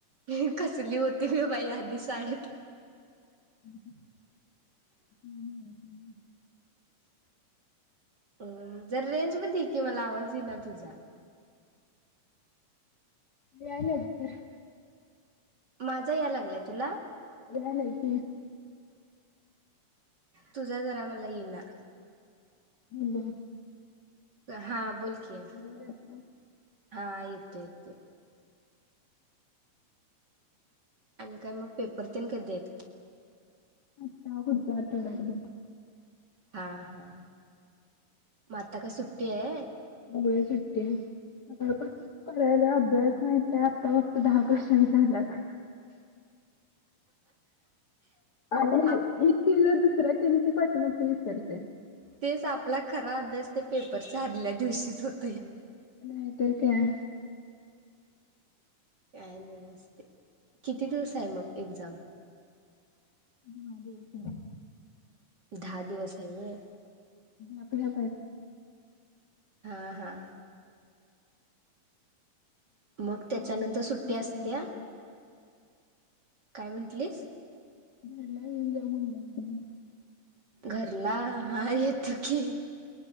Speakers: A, on the right; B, on the left.
A: ही कसली होती ग बाई आधी साळेत
B: <unintelligible>
A: अ जरा रेंज मध्ये ये की मला आवाज ईना तुझा.
B: याल्यात.
A: माझा यालागलाय तुला.
B: यायलय की
A: तुझा जरा मला ईना.
B: हॅलो.
A: हा बोल. की
B: गोड आहेत न
A: हा ेत ययेत. आणि काय मग पेपर तेन कधेत.
B: आता पुढच्या आठवड्यात बघ.
A: हां हा आता का सुट्टी आहे.
B: होय सुट्टी आहे. सकाळपासून करायला अभ्यास माहतय आता फक्त दहा क्श्चन. झाल्यात आणि
A: आप
B: एक किलो दुसऱ्या केलं की पाठीमागचे विसरतोय.
A: तेच आपला खरा अभ्यास. ते पेपर दल्या दिवशीच होतेय.
B: नाहीतर काय
A: काय न नसते किती दिवस आहे मग एक्झाम.
B: <unintelligible>
A: दहा दिवस आहे होय.
B: आपल्या
A: हां हां मग त्याच्यानंतर
B: घरला एक
A: सुट्टी
B: पाहिजे
A: असत्या.
B: एक दिवस
A: काय म्हंटलीस.
B: बरला येंग म्हणलं.
A: घरला हा येतो की.